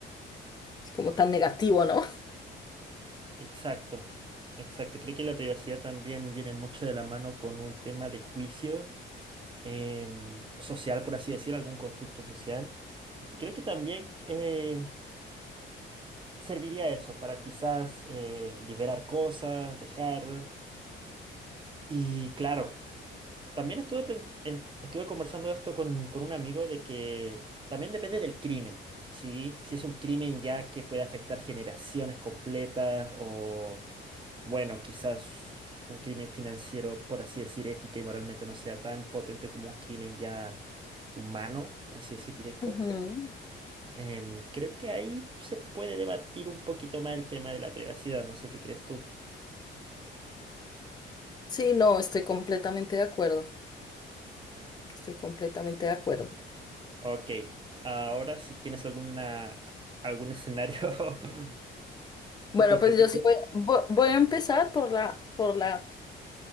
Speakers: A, on the left; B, on the right.
A: como tan negativo, ¿no?
B: Exacto, exacto. Creo que la privacidad también viene mucho de la mano con un tema de juicio em, social, por así decir, algún constructo social. Y creo que también eh, serviría eso para quizás eh, liberar cosas, dejar. Y claro, También estuve, pens- est- estuve conversando esto con, con un amigo de que también depende del crimen, ¿sí? Si es un crimen ya que puede afectar generaciones completas o, bueno, quizás un crimen financiero, por así decir, ética y moralmente no sea tan potente como un crimen ya humano, por así decir, directo.
A: Ujú.
B: Em, creo que ahí se puede debatir un poquito más el tema de la privacidad, no sé qué crees tú.
A: Sí, no, estoy completamente de acuerdo. Estoy completamente de acuerdo.
B: Ok, ahora si tienes alguna, algún escenario <laughs>
A: Bueno,
B: hipotético.
A: pues yo sí voy, vo- voy a empezar por la, por la,